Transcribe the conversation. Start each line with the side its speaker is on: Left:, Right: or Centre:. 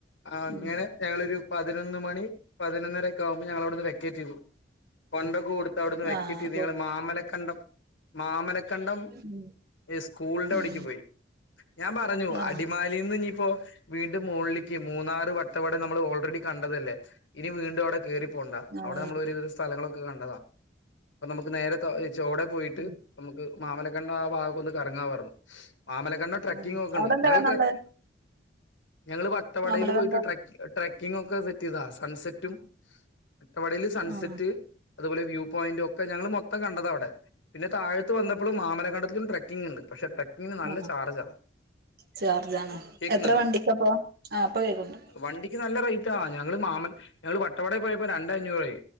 Left: അങ്ങനെ
Right: ഉം
Left: ഞങ്ങള് ഒരു പതിനൊന്ന് മണി പതിനൊന്നര ഒക്കെ ആവുമ്പം ഞങ്ങള് അവിടുന്ന് വെക്കേറ്റ് ചെയ്തു ഫണ്ട് ക്കെ കൊട് ത്ത അവിടുന്ന് വെക്കറ്റ്
Right: ആഹ്
Left: യ്ത് ഞങ്ങള് മാമലക്കണ്ടം മാമല കണ്ടം
Right: ഉം
Left: ഇ സ്കൂളിന്റെ അവിടേക്ക്
Right: ഉം
Left: പോയി ഞാൻ പറഞ്ഞു
Right: ആഹ്
Left: അടിമാ ലീന്ന് ഇനിയിപ്പോ വീണ്ടും മുകളിലിക്ക് മൂന്നാറ് വട്ടം വടെ നമ്മള് ഓൾറെഡി കണ്ടതല്ലേ ഇനി വീണ്ടും അവിടെ കയറി പോണ്ട
Right: ആഹ്
Left: അവിടെ നമ്മള് ഒരുവിധ സ്ഥലങ്ങളൊക്കെ കണ്ടതാ പ്പം നമുക്ക് നേരത്തെ ചോടെ പോയിട്ട്
Right: ഉം
Left: നമുക്ക് മാമലക്കണ്ണ് ആ ഭാഗക്കൊന്ന് കറങ്ങാ പറഞ്ഞു മാമലക്കണ്ട ട്രക്കിങ്ങ്
Right: ഉം
Left: ഒക്കെണ്ട്
Right: അവിടെന്താ
Left: ഞങ്ങള്
Right: കാണാനുള്ളത്
Left: ട്രക്കി ഞങ്ങള് വട്ടവടയിൽ
Right: മാമലകണ്ടം
Left: പോയിട്ട് ട്ര ട്രക്കിങ് ഒക്കെ സെറ്റ യ്താ സൺസെറ്റും വട്ടവടല് സൺസെറ്റ്
Right: ആഹ്
Left: അതുപോലെ വ്യൂ പോയിന്റ് ഒക്കെ ഞങ്ങള് മൊത്തം കണ്ടതാ അവിടെ പിന്നെ താഴത്ത് വന്നപ്പളും മാമലകണ്ടത്തിലും ട്രക്കിങ് ഉണ്ട് പക്ഷെ ട്രക്കിങ്ങിന് നല്ല
Right: ആഹ്
Left: ചാർജാ
Right: ചാർജ് ആണ്
Left: കേൾക്കുന്നുണ്ടോ
Right: എത്ര വണ്ടിക്കപ്പോ ആ ഇപ്പൊ കേക്ക്ണ്ട്
Left: വണ്ടിക്ക് നല്ല റേറ്റാ ഞങ്ങള് മാമ ഞങ്ങള് വട്ടവട പോയപ്പോ രണ്ട് അഞ്ഞൂറായി